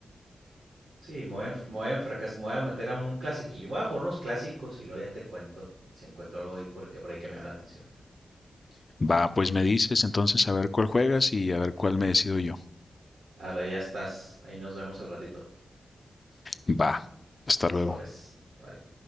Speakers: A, on the right; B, on the left.
A: Sí, me voy a, enf- me voy a enfracas- me voy a meter a un clasiquillo. Voy a jugar unos clásicos y luego ya te cuento si encuentro algo ahí porque por ahí que me llama la atención.
B: Va, pues me dices entonces a ver cuál juegas y a ver cuál me decido yo.
A: Ahora ya estás. Ahí nos vemos al ratito.
B: Va, hasta
A: Sobres.
B: luego.
A: Bye.